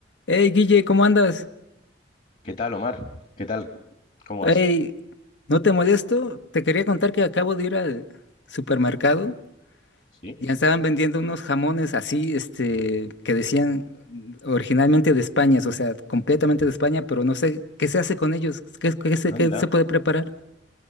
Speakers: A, on the left (about 75°); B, on the left (about 45°).
A: Hey, Guille, ¿cómo andas?
B: ¿Qué tal, Omar? ¿Qué tal? ¿Cómo vas?
A: Hey, no te molesto. Te quería contar que acabo de ir al supermercado.
B: Sí,
A: Ya estaban vendiendo unos jamones así, este, que decían originalmente de España, o sea, completamente de España, pero no sé qué se hace con ellos, qué, qué se,
B: anda,
A: qué se puede preparar.